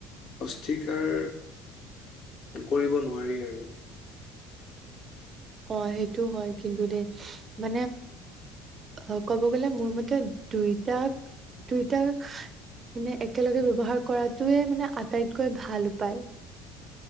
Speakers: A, on the left; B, on the right.
A: অস্থিকাৰ কৰিব নোৱাৰি আৰু।
B: অ সেইটো হয় কিন্তু দেই মানে, অ ক'ব গ'লে মোৰ মতে দুইটাক দুইটা মানে একেলগে ব্যৱহাৰ কৰাটোৱে মানে আটাইতকৈ ভাল উপায়।